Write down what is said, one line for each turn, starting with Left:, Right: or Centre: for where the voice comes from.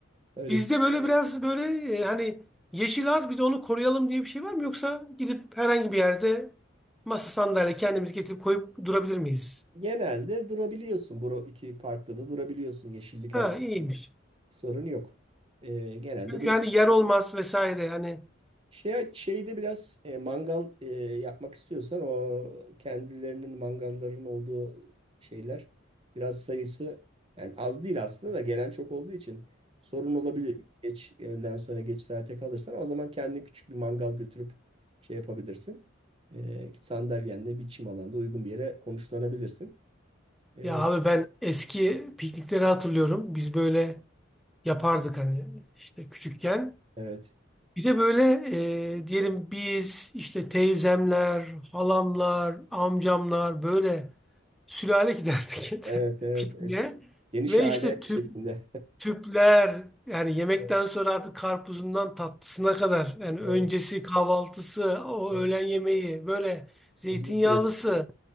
Right: <laughs>
Centre: Bizde
Right: öyle.
Centre: böyle biraz böyle e, hani yeşil az bir de onu koruyalım diye bir şey var mı? Yoksa gidip herhangi bir yerde masa sandalye kendimiz getirip koyup durabilir miyiz?
Right: Genelde durabiliyorsun. Bu iki parkta da durabiliyorsun. Yeşillik
Centre: Ha
Right: alan
Centre: iyiymiş.
Right: sorun yok. Ee, genelde
Centre: Çünkü
Right: durabiliyorsun.
Centre: hani yer olmaz vesaire hani
Right: Şey, şeyde biraz e, mangal e, yapmak istiyorsan o kendilerinin mangalların olduğu şeyler biraz sayısı yani az değil aslında da gelen çok olduğu için sorun olabiliyor. Geç öğleden sonra geç saate kalırsan o zaman kendine küçük bir mangal götürüp şey yapabilirsin. E, sandalyenle bir çim alanda uygun bir yere konuşlanabilirsin. E,
Centre: ya abi ben eski piknikleri hatırlıyorum. Biz böyle yapardık hani işte küçükken.
Right: evet.
Centre: Bir de böyle e, diyelim biz işte teyzemler, halamlar, amcamlar böyle sülale giderdik
Right: Evet,
Centre: <laughs>
Right: evet.
Centre: pikniğe.
Right: Es- Geniş
Centre: Ve
Right: aile
Centre: işte tüp
Right: şeklinde.
Centre: tüpler yani yemekten
Right: <laughs>
Centre: sonra artık karpuzundan tatlısına kadar yani
Right: Evet,
Centre: öncesi kahvaltısı, o
Right: evet.
Centre: öğlen yemeği böyle zeytinyağlısı
Right: Uzun süreli.